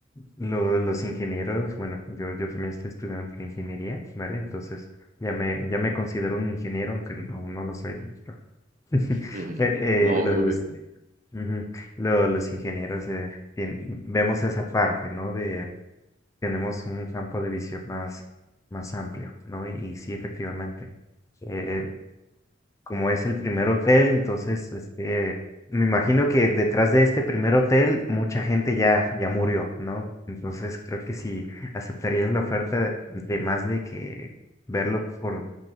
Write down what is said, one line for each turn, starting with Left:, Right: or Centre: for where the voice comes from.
Left: Lo- los ingenieros, bueno, yo, yo también estoy estudiando ingeniería, ¿vale? Entonces ya me, ya me considero un ingeniero, aunque aún no lo soy. del todo. <laughs>
Right: Ujú.
Left: Eh,
Right: No,
Left: eh, lo-
Right: obvio
Left: los,
Right: que
Left: ujú, lo- los ingenieros eh, tien- vemos esa parte, ¿no? De tenemos un campo de visión más, más amplio, ¿no? Y, y sí, efectivamente. eh, como es el primer hotel, entonces, este, me imagino que detrás de este primer hotel mucha gente ya, ya murió, ¿no? Entonces creo que si aceptarías la oferta de más de que verlo por,